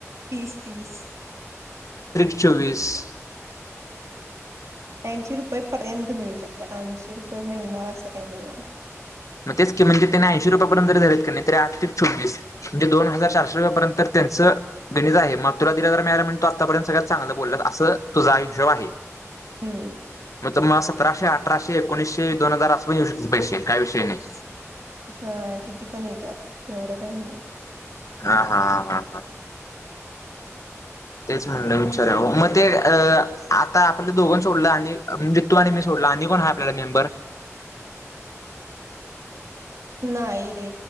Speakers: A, on the right; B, on the left.
A: तीस-तीस.
B: चौवीस.
A: ऐंशी रुपये पर्यंत मिळू शकतात, ऐशी रुपये मिळणार असं काही नाही हाय.
B: मग तेच क म्हज त्यांनी ऐंशी रुपयापर्यंत जरी धरलीत कणी तरी आठ त्रिक चोवीस म्हणजे दोन हजार चारशे रुपयापर्यंत त्यांचं गणित आहे, मग तुला दिल्यात, म्हणल्यावर मिळाल तू आतापर्यंत सगळ्यात चांगलं बोलल्यास असं तुझा हिशोब आहे.
A: हम्म.
B: मग तर मग सतराशे-अठराशे-एकोणीशे दीन हजार अस पण येऊ शकताता पैसे काय विष षय नाही.
A: हा किती पण येतात एवढं काही नाही.
B: हा, हा, हा, हा, हा. तेच म्हणलं विचाराव मग ते अ आता आपलं दोघ सोडलं आणि म्हणजे तू आणि मी सोडल, आणि कोण आहे आपल्याला मेंबर.
A: नाही रे